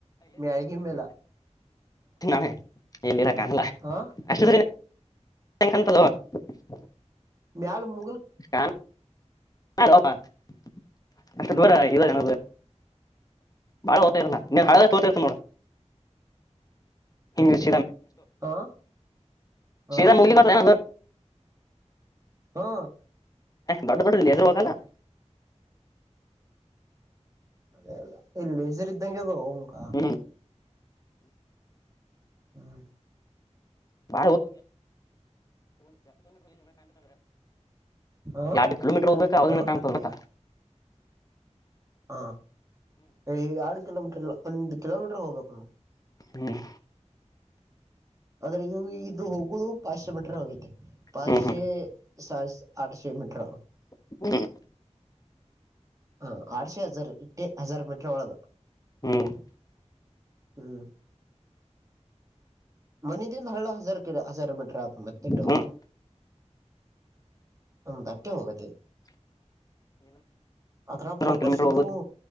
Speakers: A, on the right (about 25°); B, on the left (about 30°).
A: ಮ್ಯಾಳಗಿ ಮ್ಯಾಲ್
B: ನಾಳೆ ಎಲ್ಲಿರಕ್ಕಾಣಲ್ಲ
A: ಆ
B: ಅಷ್ಟೇ <unintelligible>
A: ಮ್ಯಾಲ ಮು
B: <unintelligible> ಬಾಳ ಓತರ್ಲ ನೀನ್ ಹರ್ ನೋಡಡ ಮ <inaudible>
A: ಆ
B: ಶರ
A: ಆ
B: ಮುಗತ ತ <inaudible>
A: ಹಾ
B: ಬಡ ಬಟ್ಟ ಜ ಹಾಗಲ್ಲ <inaudible>
A: ಅ ಎಲ್ಲಚರಿ ಇ್ದಂಗ ತ ಮುಖಾ
B: ಹ್ಮ್
A: ಹ್ಮ್
B: <unintelligible>
A: ಹ
B: ಯಾಡ್ ಕಿಲೋಮೀಟರ್ ಹೋಗ್ಬೇಕಾ ಅವಾಗನ್
A: ಹ
B: ಕಾಣತ್ದ
A: ಹಾ ಎರ್ಡು ಕಿಲೋಮೀಟರ್ ಒಂದ ಕಿಲೋಮೀಟರ್ ಹೋಗ್ಬೇಕು ನೋಡ
B: ಹ್ಮ್
A: ಅಂದ್ರೆ ಇವು ಇದು ಹೋಗೋದು ಪಾಶೆ ಮೀಟ್ರ ಆಗೈತಿ ಪಾಶೆ
B: ಹ್ಮ್
A: ಸಾ ಆಠಶೆ ಮೀಟರ್
B: ಹ್ಮ್
A: ಹಾ ಆಡ್ಸೆ ಹಜಾರ್ ಇಟ್ಟೆ ಹಜಾರ್ ಮೀಟ್ರ ಒಳಗ
B: ಹ್ಮ್ ಹ್ಮ್
A: ಹ್ಮ್ ಮನದಿಂದ ಹಳ್ಳಾ ಹಜಾರ್ ಕ ಹಜಾರ್ ಮಿಟ್ರ ಆತ ಮತ್ತೆಟ್ಟು
B: ಹ್ಮ್
A: ದಟ್ಟೆ ಹೋಗತಿ
B: <unintelligible>
A: ಅದ್ರ
B: ಕಲೋಮೀಟರ್
A: ಫೋಕಸ್ ಇದ್ದು